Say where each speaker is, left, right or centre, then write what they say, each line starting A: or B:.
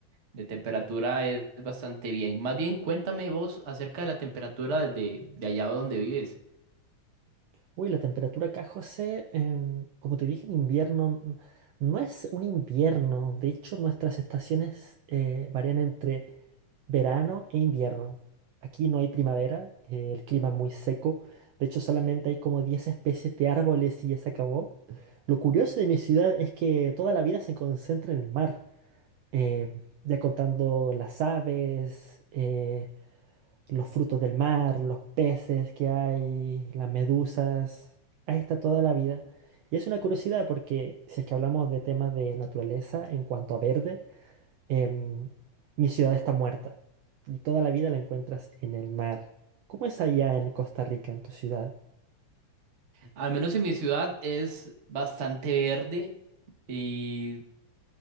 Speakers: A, on the right; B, on the right.
A: de temperatura es bastante bien. Más bien, cuéntame vos acerca de la temperatura de, de allá donde vives.
B: Uy, la temperatura acá, José, em, como te dije, en invierno n- no es un invierno. De hecho, nuestras estaciones eh, varían entre verano e invierno. Aquí no hay primavera, eh, el clima es muy seco. De hecho, solamente hay como 10 especies de árboles y ya se acabó. Lo curioso de mi ciudad es que toda la vida se concentra en el mar. eh, ya contando las aves, eh, los frutos del mar, los peces que hay, las medusas. Ahí está toda la vida. Y es una curiosidad porque si es que hablamos de temas de naturaleza en cuanto a verde, em, mi ciudad está muerta y toda la vida la encuentras en el mar. ¿Cómo es allá en Costa Rica, en tu ciudad?
A: Al menos en mi ciudad es bastante verde. Y